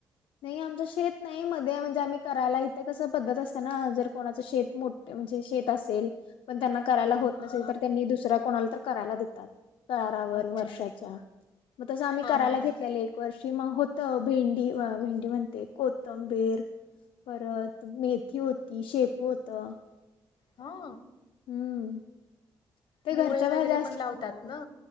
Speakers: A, on the left; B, on the left.
A: नाही आमचं शेत नाही मध्ये म्हणजे आम्ही करायला, इथे कसं पद्धत असते ना, जर कोणाचं शेत मोठं. म्हणजे शेत असेल, पण त्यांना करायला
B: हम्म
A: होत नसेल, तर त्यांनी दुसऱ्या कोणाला तर करायला देतात. करारावर
B: अच्छा
A: वर्षाच्या. मग तसं आम्ही
B: हां
A: करायला
B: हां हां
A: घेतलेले. वर्षी मग होत भेंडी, भेंडी म्हणते कोथंबीर परत मेथी होती, शेपु होतं.
B: हा.
A: हम्म. ते
B: मुळे
A: घरच्या
B: वगैरे
A: भाज्या असल्या
B: पण लावतात ना.